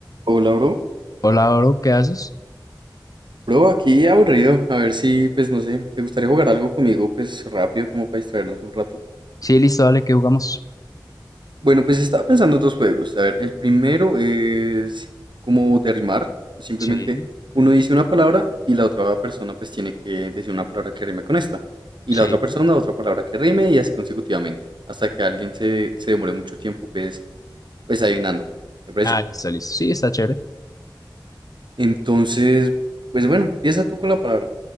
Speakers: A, on the right; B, on the left.
A: Hola, bro.
B: Hola, bro, ¿qué haces?
A: Bro, aquí aburrido. A ver si, pues no sé, ¿te gustaría jugar algo conmigo, pues rápido, como para distraernos un rato?
B: Sí, listo, dale, que jugamos?
A: Bueno, pues estaba pensando dos juegos. A ver, el primero es como de rimar. Simplemente
B: Sí,
A: uno dice una palabra y la otra persona pues tiene que decir una palabra que rime con esta. Y
B: sí.
A: la otra persona otra palabra que rime y así consecutivamente. Hasta que alguien se, se demore mucho tiempo pues, pues adivinando. ¿Te parece?
B: Ah, listo, listo. Sí, está chévere.
A: Entonces, pues bueno, empieza tú con la palabra.